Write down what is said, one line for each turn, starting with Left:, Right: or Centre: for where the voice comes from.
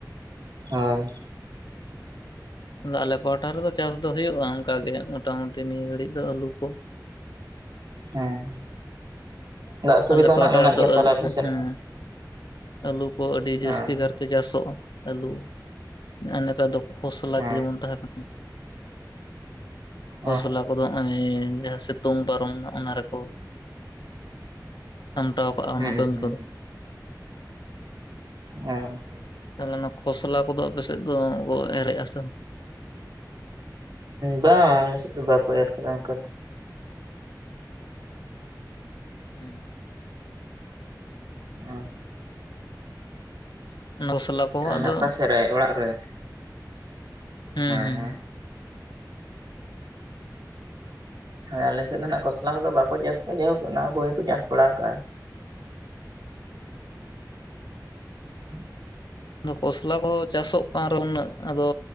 Right: ᱦᱚᱭ᱾
Left: ᱟᱞᱮ ᱯᱟᱦᱴᱟ ᱨᱮᱫᱚ ᱪᱟᱥ ᱫᱚ ᱦᱩᱭᱩᱜ-ᱟ ᱚᱝᱠᱟᱜ ᱜᱮ ᱢᱚᱴᱟ ᱢᱩᱴᱤ ᱱᱤᱭᱟᱹ ᱜᱷᱟᱹᱲᱤᱡ ᱫᱚ ᱟᱹᱞᱩ ᱠᱚ᱾
Right: ᱦᱮᱸ ᱫᱟᱜ ᱥᱩᱵᱤᱫᱟ
Left: ᱟᱞᱮ ᱯᱟᱦᱴᱟ
Right: ᱱᱟᱜ ᱢᱮᱱᱟᱜ
Left: ᱨᱮᱫᱚ
Right: ᱜᱮᱭᱟ
Left: ᱟᱹᱞᱩ
Right: ᱛᱟᱞᱮ ᱟᱯᱮᱥᱮᱫ
Left: ᱦᱮᱸ
Right: ᱦᱚᱸ
Left: ᱟᱹᱞᱩ ᱠᱚ ᱟᱹᱰᱤ ᱡᱟᱹᱥᱛᱤ
Right: ᱦᱮᱸ
Left: ᱠᱟᱨᱛᱮ ᱪᱟᱥᱚᱜ-ᱟ ᱟᱹᱞᱩ ᱟᱨ ᱱᱮᱛᱟᱨ ᱫᱚ ᱠᱷᱚᱥᱞᱟ
Right: ᱦᱮᱸ
Left: ᱡᱮᱢᱚᱱ ᱛᱟᱦᱮ ᱠᱟᱱᱟ ᱠᱷᱚᱥᱞᱟ
Right: ᱦᱮᱸ
Left: ᱠᱚᱫᱚ ᱚᱭ ᱡᱟᱦᱟᱸ ᱥᱤᱛᱩᱝ ᱯᱟᱨᱚᱢᱱᱟ ᱚᱱᱟ ᱨᱮᱠᱚ ᱥᱟᱢᱴᱟᱣ ᱠᱟᱜᱼᱟ
Right: ᱦᱩᱸ
Left: ᱚᱱᱟ ᱠᱟᱹᱢᱤ
Right: ᱦᱩᱸ
Left: ᱠᱚᱫᱚ
Right: ᱦᱮᱸ
Left: ᱛᱟᱞᱮ ᱚᱱᱟ ᱠᱷᱚᱥᱞᱟ ᱠᱚᱫᱚ ᱟᱯᱮᱥᱮᱫ ᱫᱚ ᱠᱚ ᱮᱨᱮᱜ-ᱟ ᱥᱮ
Right: ᱵᱟᱣ ᱟᱞᱮ ᱥᱮᱫ ᱫᱚ ᱵᱟᱠᱚ ᱮᱨ ᱠᱟᱫᱟ ᱚᱝᱠᱟ
Left: ᱦᱩᱸ
Right: ᱚ
Left: ᱚᱱᱟ ᱠᱷᱚᱥᱞᱟ ᱠᱚᱦᱚᱸ
Right: ᱛᱷᱟᱞᱮ
Left: ᱟᱫᱚ
Right: ᱦᱟᱜ ᱚᱠᱟ ᱥᱮᱫ ᱨᱮ ᱚᱲᱟᱜ ᱨᱮ
Left: ᱦᱩᱸ
Right: ᱦᱮᱸ
Left: ᱦᱩᱸ
Right: ᱦᱮᱸ ᱦᱮᱸ ᱟᱞᱮᱥᱮᱫ ᱫᱚ ᱱᱟᱜ ᱠᱷᱚᱥᱞᱟ ᱠᱚᱫᱚ ᱵᱟᱠᱚ ᱪᱟᱥ ᱠᱟᱜ-ᱟ ᱡᱟᱦᱳᱠ ᱚᱱᱟ ᱠᱚᱜᱮ ᱠᱚ ᱪᱟᱥ ᱵᱟᱲᱟ ᱠᱟᱜ-ᱟ <inaudible>
Left: ᱟᱫᱚ ᱠᱷᱚᱥᱞᱟ ᱠᱚ ᱪᱟᱥᱚᱜ ᱠᱟᱱ ᱨᱮᱚᱸ ᱩᱱᱟᱹᱜ ᱟᱫᱚ